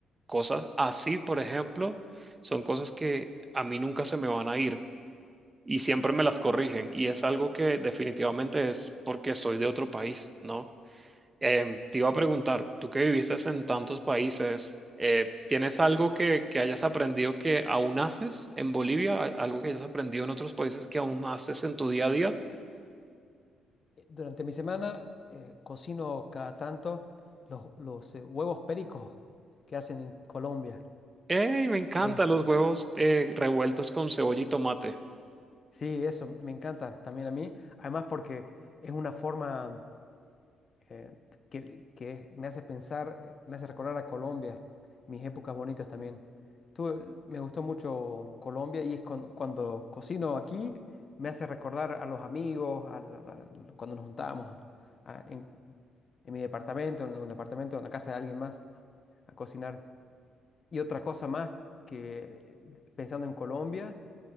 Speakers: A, on the right (about 25°); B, on the left (about 40°).
A: cosas así, por ejemplo, son cosas que a mí nunca se me van a ir y siempre me las corrigen y es algo que definitivamente es porque soy de otro país, ¿no? Em, te iba a preguntar, tú que viviste en tantos países, eh, ¿tienes algo que, que hayas aprendido que aún haces en Bolivia? ¿A- ¿Algo que hayas aprendido en otros países que aún haces en tu día a día?
B: eh, Durante mi semana eh, cocino cada tanto los, los, eh, huevos pericos que hacen en Colombia.
A: ¡Ey! Me encantan
B: Ey,
A: los huevos eh, revueltos con cebolla y tomate.
B: Sí, eso me encanta también a mí. Además porque es una forma eh, que, que me hace pensar, eh, me hace recordar a Colombia, mis épocas bonitas también. Tú, el- me gustó mucho Colombia y es cuando, cuando cocino aquí, me hace recordar a los amigos, a la- la- la- cuando nos juntábamos a- en, en mi departamento, en el departamento, en la casa de alguien más, a cocinar. Y otra cosa más que, eh, pensando en Colombia,